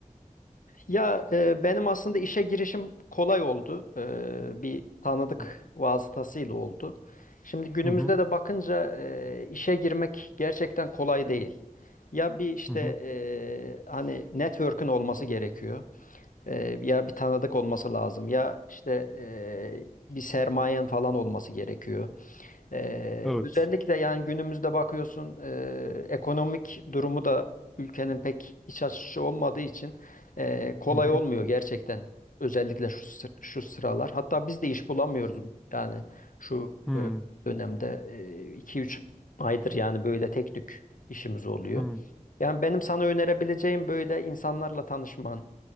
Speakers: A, on the left; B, in the centre.
A: Ya e, benim aslında işe girişim kolay oldu. E, bir tanıdık
B: Hı
A: vasıtasıyla oldu. Şimdi günümüzde
B: hı
A: de bakınca e, işe girmek gerçekten kolay değil. Ya bir işte
B: hı hı.
A: e, hani network'ün olması gerekiyor. E, ya bir tanıdık olması lazım. Ya işte e, bir sermayen falan olması gerekiyor. Ee,
B: Evet.
A: özellikle yani günümüzde bakıyorsun e, ekonomik durumu da ülkenin pek iç açıcı olmadığı için e, kolay
B: Hı hı
A: olmuyor gerçekten. Özellikle şu sı- şu sıralar. Hatta biz de iş bulamıyoruz yani şu
B: hı
A: e, dönemde e, iki üç aydır yani böyle tek tük işimiz oluyor.
B: hı
A: Yani benim sana önerebileceğim böyle insanlarla tanışman,